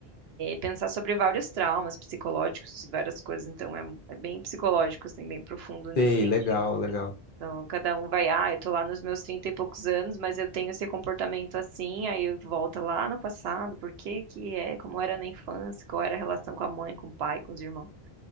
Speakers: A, on the right; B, on the left.
A: pensar sobre vários traumas psicológicos e várias coisas. Então é, é bem psicológico, assim, bem profundo nesse
B: Sei,
A: sentido.
B: legal, legal.
A: Então, cada um vai, ah, eu tô lá nos meus 30 e poucos anos, mas eu tenho esse comportamento assim, aí volta lá no passado, por que que é, como era na infância, qual era a relação com a mãe, com o pai, com os irmãos.